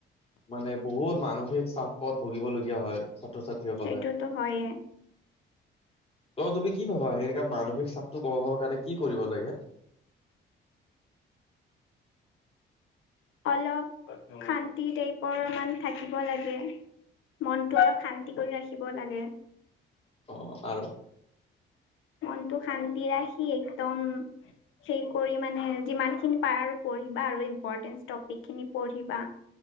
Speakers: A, on the left; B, on the left.
A: মানে বহুত মানুহ। বিশেষ চাপত ভুগিবলগীয়া হয় ছাত্ৰ ছাত্ৰীসকলে।
B: সেইটোতো হয়ে
A: ত তুমি কি ভাবা সেইকা মানসিক চাপটো? কব কাৰণে কি কৰিব লাগে?
B: অলপ শান্তি টাইপৰ মান থাকিব লাগে। মনতটো অলপ শান্তি কৰি ৰাখিব লাগে।
A: অঁ আৰু?
B: মনটো শান্তি ৰাখি একদম- সেই কৰি মানে যিমান খিনি পাৰ আৰু পঢ়িবা আৰু ইম্পৰ্টেন্ট টপিক খিনি পঢ়িবা।